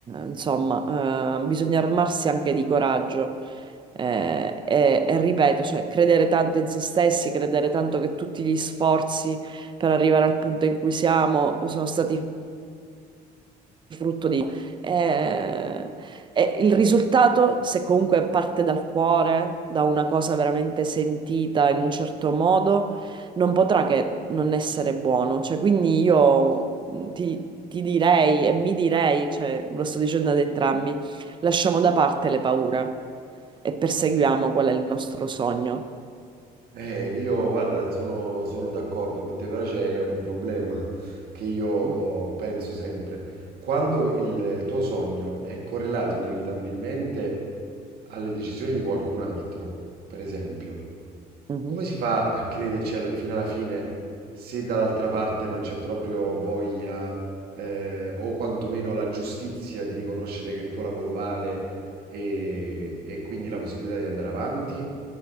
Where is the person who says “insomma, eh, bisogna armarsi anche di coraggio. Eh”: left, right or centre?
Right